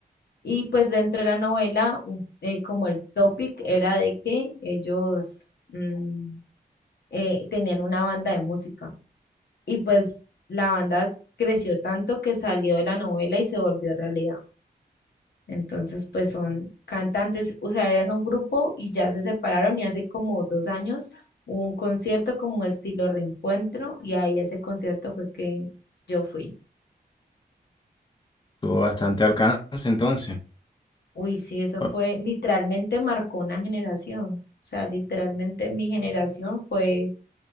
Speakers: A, on the left; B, on the left.
A: Y pues dentro de la novela, u- eh, como el topic era de que ellos mm, eh, tenían una banda de música y pues la banda creció tanto que salió de la novela y se volvió realidad. Entonces, pues son cantantes, o sea, eran un grupo y ya se separaron y hace como dos años hubo un concierto como estilo reencuentro y ahí ese concierto fue que yo fui.
B: Tuvo bastante alcance entonces.
A: Uy, sí, eso
B: Bueno,
A: fue, literalmente marcó una generación. O sea, literalmente mi generación fue